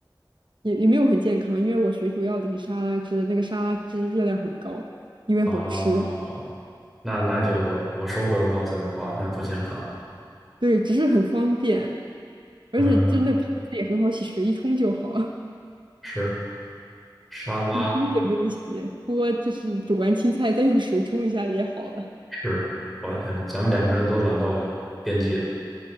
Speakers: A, on the right; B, in the centre.
A: 也也没有很健康，因为我水煮要淋沙拉汁，那个沙拉汁热量很高，因为好吃，
B: 啊，那那就我收回我刚才的话，那不健康，
A: 对，只是很方便，而且就那盘子也很好洗，
B: 嗯，
A: 水一冲就好，
B: 是沙拉，
A: 锅锅也不用洗，锅就是煮完青菜再用水冲一下也好了。
B: 是，抱歉，咱们两个人都懒到边际了，